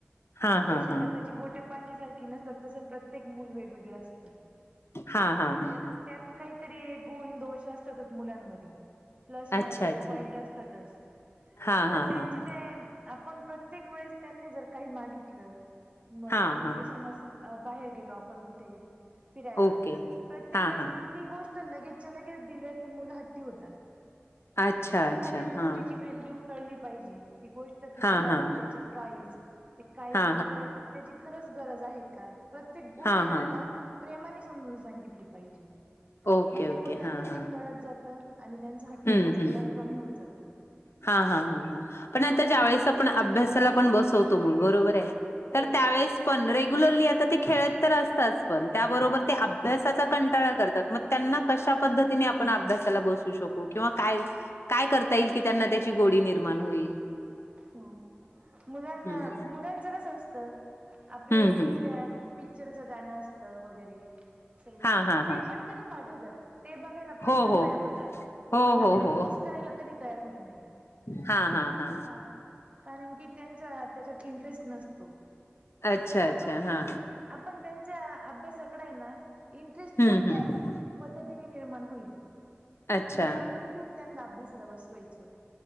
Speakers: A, on the left; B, on the right.
A: हा हा
B: जशी
A: हा
B: हाताची बोटे पाची सारखी नसतात. तस प्रत्येक मूल वेगवेग त
A: हा हा हा
B: तर त्यात
A: हा
B: काहीतरी गुण दोष असतातच मुलांमध्ये. प्लस मायनस
A: अच्छा अच्छा
B: पॉईंट असतातच.
A: हा
B: तर
A: हा
B: त्यांचे
A: हा हा
B: ते, आपण प्रत्येक वेळेस त्यांनी जर काही मागितलं. मग
A: हा
B: आपण
A: हा
B: समज, बाहेर गेलो आपण कुठे. फिरायला.
A: ओके
B: प्रत्येक
A: हा
B: वेळेस
A: हा
B: ती गोष्ट लगेचच्या लगेच दिलं की, मुलं हट्टी होतात.
A: अच्छा
B: त्यांना
A: अच्छा
B: त्या गोष्टीची
A: हा
B: व्हॅल्यू. कळली पाहिजे ती गोष्ट कितीला
A: हा
B: आहे
A: हा
B: त्याची प्राइज ते काय
A: हा
B: सय. त्याची खरंच गरज आहे का प्रत्येक गोष्ट
A: हा
B: त्यांना.
A: हा
B: प्रेमाने समजून सांगितली पाहिजे
A: ओके
B: मग तेव्हा
A: ओके
B: त्यांना
A: हा हा
B: ते कळत जातं. आणि त्यांचा हट्ट
A: हम्म
B: थोडा
A: हम्म
B: थोडा कमी होत जातो.
A: हा हा ह ह पण आता
B: आपण
A: ज्या वेळेस आपण अभ्यासाला पण बसवतो. बरोबर आहे
B: हो
A: तर त्यावेळेस पण रेग्युलरली आता ते खेळत तर असतात. त्या
B: हो
A: अभ्यासाचा कंटाळा करतात मग त्यांना कशा
B: हो
A: पद्धती. ण अभ्यासाला बसू शकू किंवा काय काय करता येईल कि त्यांना त्याची गोडी निर्माण होईल.
B: हो. मुलांना
A: हम्म
B: मुलांचं कस असतं आपले
A: हम्म
B: एखाद्या.
A: हम्म
B: पिक्चरचं गाणं असतं वगैरे. सरव
A: हा
B: ते
A: हा हा
B: पटकन पाठवतात ते बघायला पटकन
A: हो हो
B: तयार होतात.
A: हो
B: पण
A: हो
B: अभ्यास
A: हो
B: करायला कधी तयार होत नाही.
A: हा हा. हा
B: का कारण की त्यांचा त्याच्यात इंटरेस्ट नसतो.
A: अच्छा अच्छा
B: आपण
A: हा.
B: आपण त्यांच्या अभ्यासाकडे आहे ना इंटरेस्ट
A: हम्म
B: कोणत्या.
A: हम्म
B: पद्धतीने निर्माण होईल
A: अच्छा
B: हे जाणून घेऊन त्यांना अभ्यासाला बसवायचं.